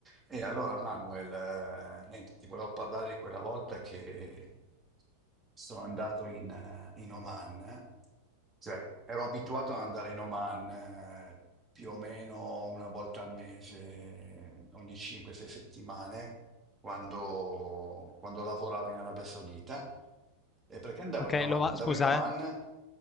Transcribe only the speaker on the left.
Ok,
Loma-
scusa,
eh.